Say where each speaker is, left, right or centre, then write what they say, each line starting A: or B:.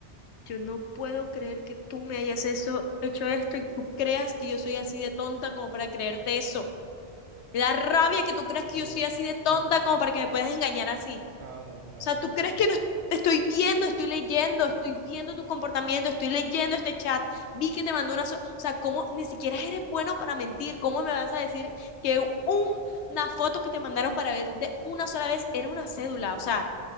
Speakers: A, on the left (about 80°); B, on the right (about 70°).
A: yo no puedo creer que tú me hayas eso, hecho esto y tú creas que yo soy así de tonta como para creerte eso. Me da rabia que tú creas que
B: Amor,
A: yo soy así de tonta
B: no,
A: como para que me puedas engañar así.
B: amor, no,
A: O sea,
B: no,
A: tú
B: no.
A: crees
B: no.
A: que no est- estoy viendo, estoy leyendo, estoy viendo tu comportamiento, estoy leyendo este chat, vi que te mandó una... so- o sea, ¿cómo ni siquiera eres bueno para mentir? ¿Cómo me vas a decir que un- una foto que te mandaron para ver de una sola vez era una cédula? O sea...